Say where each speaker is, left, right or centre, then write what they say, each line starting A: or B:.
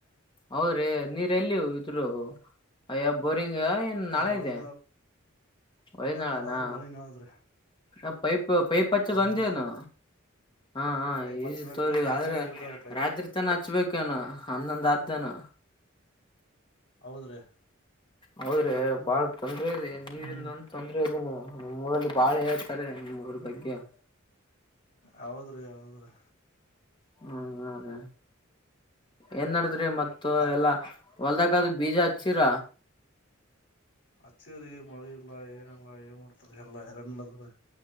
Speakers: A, on the left (about 25°); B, on the left (about 60°).
A: ಹೌದ್ರಿ ನೀರ್ ಎಲ್ಲಿ ಇದ್ರು ಅಯ್ಯ ಬೋರಿಂಗ್. ಏ ನಾಳ
B: ಹ ಹೊಳಿ
A: ಇದೆ ಒಳನಾಳನಾ.
B: ನಳಾದ್ರಿ ಹೊಳಿ ನಳದ್ರಿ
A: ಆ ಪೈಪ್ ಪೈಪ್ ಹಚ್ಚೋದು ಒಂದೇನು.
B: ಹೂನ್ರಿ
A: ಹಾ
B: ಪೈಪ್
A: ಈಜಿ
B: ಹಚ್ಬೇಕ್ರಿ
A: ತೋರಿ
B: ಎರಡ್
A: ಆದ್ರೆ
B: ಮೂರ್ ಬಿದ್ದಾವ್ರಿ ಪೈಪ್
A: ರಾತ್ರಿ ತನ ಹಚ್ಬೇಕನು ಹನ್ನೊಂದ ಆದ್ದನು.
B: ಹೌದ ರೀ.
A: ಹೌದ್ರೆ ಬಾಳ್ ತೊಂದ್ರ ಇದೆ ನೀರಿಂದು
B: ಹ್ಮ್
A: ಒಂದು ತೊಂದ್ರೆ ಇದದೆ ನೀ ಮ್ಮ್ ಊರಲ್ಲಿ ಬಾಳ ಹೇಳ್ತಾರೆ ನಿಮ್ಮ್ ಊರ ಬಗ್ಗೆ.
B: ಹೌದ್ರಿ ಹೌದ್ರಿ.
A: ಹ ಹ ರಿ. ಏನ್ ನಡದ್ರಿ ಮತ್
B: ಆ
A: ಎಲ್ಲಾ ಹೊಲ್ದಕ್ಕಾದ ಬೀಜ ಹಚ್ಚಿರ
B: ಹಚ್ಚಿರಿ ಮಳ ಇಲ್ಲಾ ಏನಲ್ಲಾ ಏನ್ ಮಾಡ್ತರಿ ಎಲ್ಲಾ ಎರಂಡ ಬಂದ್ರ